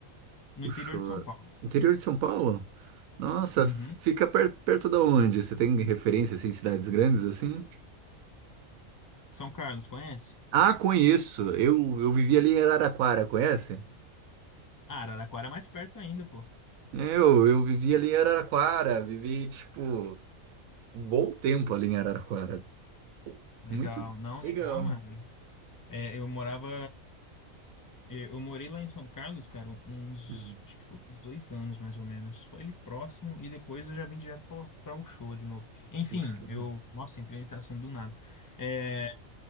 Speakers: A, on the left; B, on the right.
A: No
B: Puxou.
A: interior de São Paulo.
B: Interior de São Paulo? Nossa,
A: Uhum.
B: fica per- perto da onde? Você tem referência assim, em cidades grandes assim?
A: São Carlos, conhece?
B: Ah, conheço. Eu, eu vivi ali em Araraquara, conhece?
A: Ah, Araraquara é mais perto ainda, pô.
B: Eu, eu vivi ali em Araraquara, vivi tipo um bom tempo ali em Araraquara.
A: Legal,
B: Muito
A: não,
B: legal.
A: legal, mano. É, eu morava. Eu eu morei lá em São Carlos, cara, uns,
B: Hum,
A: acho que foi uns dois anos mais ou menos. Foi ali próximo e depois eu já vim direto pra, pra Uchoa de novo. Enfim,
B: puxa, <laughs> né?
A: eu, nossa, entrei nesse assunto do nada. É,